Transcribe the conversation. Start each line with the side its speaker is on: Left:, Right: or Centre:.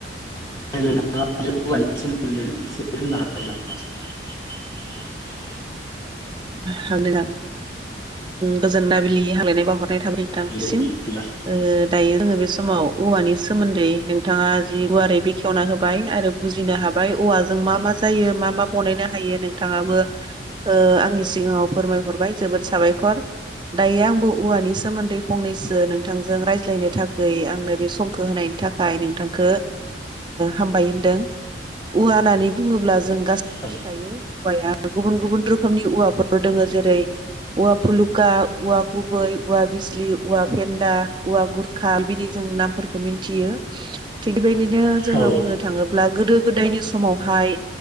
Left: <inaudible> नोंथां। <inaudible>
Right: हागोनदा गोजोन दाबिलि हांग्लायनाय बावहरनाय थाबाय नोंथांनिसिम
Left: दे बिदिबा
Right: दायो जोङो बे समाव औवानि सोमोन्दै दै नोंथाङा जि गुवारै बे -खेवना होबाय आरो बुजिनो हाबाय औवाजों मा -मा जायो मा- मा बनायनो हायो नोंथाङाबो आंनि सिगाङाव फोरमायहरबाय जोबोद साबायखर दायो आंबो औवानि सोमोन्दै फंनैसो नोंथांजों रायज्लायनो थाखै आंनो बे समखौ होनायनि थाखाय नोंथां -खो हामबाय होनदों औवा होननानै बुङोब्ला जों गासैबो मिथिखायो
Left: औ
Right: औवाया गुबुन -गुबुन रोखोमनि औवाफोर दोङो जेरै औवा फुलुखा, औवा गुबै, औवा बिजलि, औवा फेन्दा, औवा गुरखा बिबायदि जों नामफोरखौ मिथियो थिग बेबायदिनो बिदिनो जोङो
Left: औ
Right: बुंनो थाङोब्ला गोदो -गोदायनि समावहाय